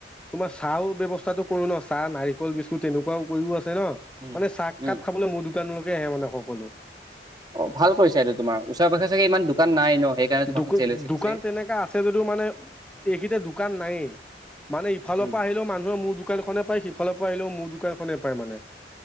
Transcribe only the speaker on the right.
উম,
উম।
অ ভাল কৰিছা এইটো। তোমাৰ ওচৰে-পাজৰে চাগে ইমান দোকান নাই ন? সেইকাৰণে তোমাৰখন
চেল হৈছে
বেছি।
উম।